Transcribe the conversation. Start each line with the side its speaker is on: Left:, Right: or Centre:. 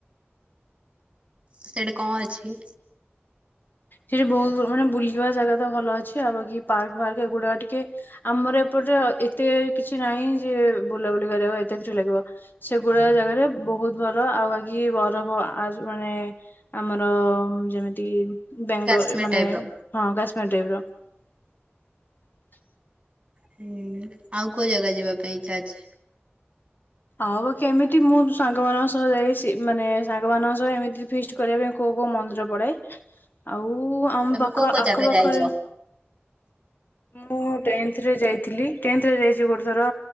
Right: ସେଇଠି କଣ ଅଛି?
Left: ସେଠି ବହୁତ ମାନେ ବୁଲିବା ଜାଗା ତ ଭଲ ଅଛି ଆଉ ବାକି ପାର୍କ ଫାର୍କ ଏଗୁଡା ଟିକେ ଆମର ଏପଟେ ଏତେ କିଛି ନାହିଁ ଯେ ବୁଲାବୁଲି କରିବାକୁ ଏତେ <unintelligible> ଲାଗିବ ସେଗୁଡା ଜାଗାରେ ବହୁତ ଭଲ ଆଉ ବାକି ବରଫ ଆ ମାନେ ଆମର ଯେମିତି ବ୍ୟାଙ୍ଗଲୋର
Right: କାଶ୍ମୀର
Left: ଏ ମାନେ
Right: ଟାଇପ୍ ର
Left: ହଁ <unintelligible> <unintelligible>
Right: ହୁଁ ଆଉ କୋଉ ଜାଗା ଯିବା ପାଇଁ ଇଚ୍ଛା ଅଛି?
Left: ଆଉ ବାକି ଏମିତି ମୁଁ ସାଙ୍ଗମାନଙ୍କ ସହ ଯାଇ ସେ ମାନେ ସାଙ୍ଗମାନଙ୍କ ସହ ଏମିତି ଫିଷ୍ଟ କରିବା ପାଇଁ କୋଉ କୋଉ ମନ୍ଦିର ପଡେ ଆଉ ଉ ଆମ
Right: ତମେ
Left: ପାଖ
Right: କୋଉ କୋଉ
Left: ଆଖପାଖରେ
Right: ଜାଗା ଯାଇଛ
Left: ମୁଁ ଟେନ୍ଥ ରେ ଯାଇଥିଲି ଟେନ୍ଥରେ ଯାଇଚି ଗୋଟେ ଥର